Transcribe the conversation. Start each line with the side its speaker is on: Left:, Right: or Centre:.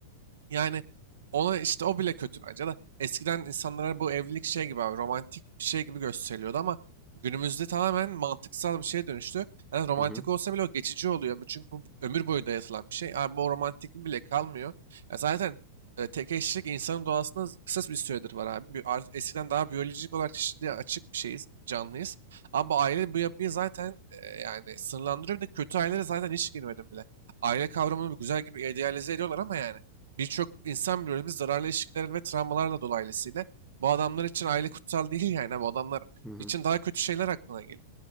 Right: Yani ona işte o bile kötü bence de. Eskiden insanlara bu evlilik şey gibi abi romantik bir şey gibi gösteriliyordu ama günümüzde tamamen mantıksal bir şeye dönüştü. Yani romantik
Centre: Hı hı.
Right: olsa bile o geçici oluyor. Bu Çünkü bu ömür boyu dayatılan bir şey. Abi bu romantiklik bile kalmıyor. Ya zaten e, tek eşlik insanın doğasında z- kısa bir süredir var abi. Bi- ar- Eskiden daha biyolojik olarak çeşitliğe açık bir şeyiz, canlıyız. Ama bu aile bu yapıyı zaten e, yani sınırlandırıyor. Bir de kötü ailelere zaten hiç girmedim bile. Aile kavramını güzel gibi idealize ediyorlar ama yani. Birçok insan biliyoruz biz zararlı ilişkiler ve travmalarla dolayısıyla bu adamlar için aile kutsal değil yani. Bu adamlar
Centre: Hı hı.
Right: için daha kötü şeyler aklına geliyor.